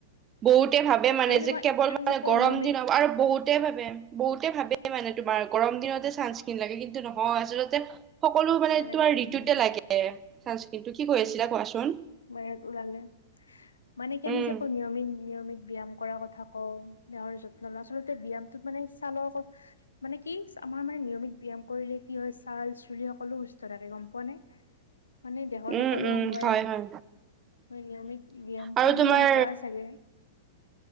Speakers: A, on the right; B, on the left.
A: বহুতে ভাবে মানে
B: আৰু তোমাৰ
A: যে কেৱল
B: আমি
A: মানে
B: যে কওঁ
A: গৰম
B: নিয়মিত
A: দিন আৰু বহুত বহুতে ভাবে বহুতে ভাবে মানে তোমাৰ গৰম দিনতে চান্স ক্ৰীম লাগে কিন্তু নহয় আচলতে সকলো মানে
B: নালাগে
A: তোমাৰ ঋতুতে
B: উম
A: লাগে ছানস্ক্ৰীটো। কি কৈ আছিলা কোৱাচোন?
B: ম ওলালে মানে কি
A: উম
B: আমি যে কও নিয়মিত ন-য়মিত ব্যায়াম কৰাৰ কথা কও নহৰ যত্ন লোৱা আচলতে ব্যায়ামটোত মানে ছালৰ মানে কি চা আমাৰ মানে নিয়মিত ব্যায়াম কৰিলে কি হয় ছাল চুলি সকলো সুস্থ থাকে গম পোৱানে মানে দেহৰ
A: উম
B: সক কলো
A: উম
B: অংগই
A: হয়
B: মানে
A: হয়
B: নিয়মিত ব্যায়ামটো
A: আৰু
B: মানে
A: তোমাৰ
B: তুমি নকৰা চাগে।